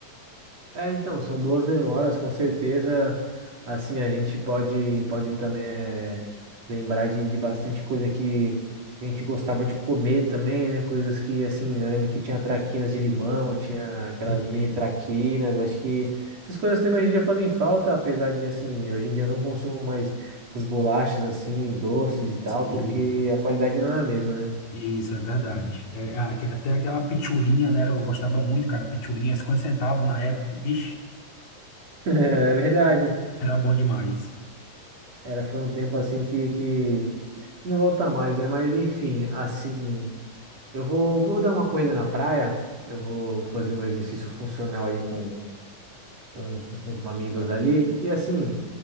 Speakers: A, on the right; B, on the left.
A: É, então, são boas memórias, com certeza. Assim, a gente pode, pode também eh, lembrar de, de bastante coisa que a gente gostava de comer também, né? Coisas que, assim, eu lembro que tinha traquinas de limão, tinha aquelas
B: Sim,
A: mini traquinas. Acho que essas coisas também hoje em dia fazem falta, apesar de, assim, hoje em dia eu não consumo mais essas bolachas, assim, doces e tal,
B: sim,
A: porque a qualidade não é a mesma, né?
B: isso é verdade. É, é aque- até aquela pitulinha, né, era que eu gostava muito, cara, pitulinha, 50 centavos na época, bicho,
A: <laughs> É verdade.
B: era bom demais.
A: Era, foi um tempo, assim, que... que- não volta mais, né? Mas enfim, assim, Eu vou, vou dar uma corrida na praia, eu vou, vou fazer um exercício funcional aí com, com os, com os amigos dali. E assim,